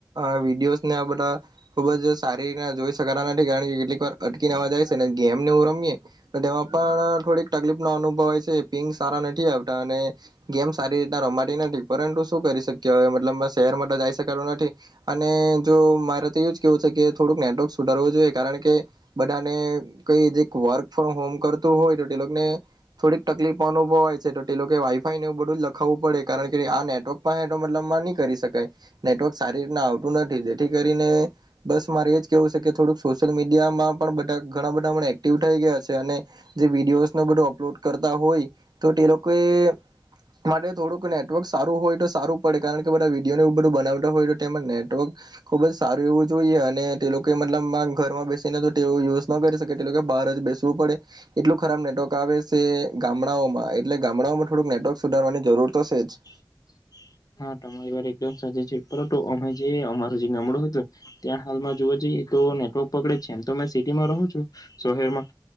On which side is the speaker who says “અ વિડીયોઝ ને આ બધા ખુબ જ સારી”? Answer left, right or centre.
Right